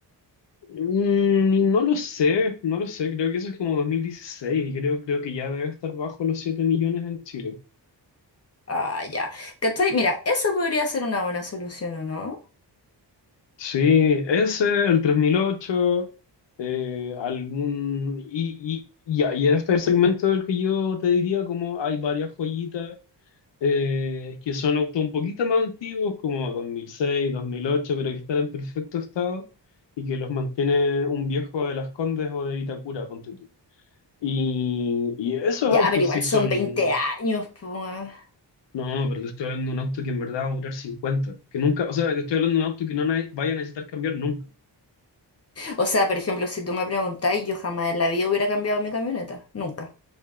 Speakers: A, on the left (about 85°); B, on the left (about 35°).
A: Mm, y no lo sé, no lo sé. Creo que eso es como 2016. Creo, creo que ya debe estar bajo los 7 millones en Chile.
B: Ah, ya. ¿Cachai? Mira, eso podría ser una buena solución, ¿o no?
A: Sí, ese, el 3008, eh, algún... Y, y, y, y este es el segmento del que yo te diría como hay varias joyitas eh, que son autos un poquito más antiguos, como dos dos mil seis, dos mil ocho, pero que están en perfecto estado y que los mantiene un viejo de Las Condes o de Vitacura, ponte tú. Y, y esos
B: Ya,
A: autos
B: pero igual
A: sí son...
B: son 20 años, pues.
A: No, pero te estoy hablando de un auto que en verdad va a durar 50, que nunca, o sea, te estoy hablando de un auto que no na- vaya a necesitar cambiar nunca.
B: O sea, por ejemplo, si tú me preguntáis, yo jamás en la vida hubiera cambiado mi camioneta. Nunca.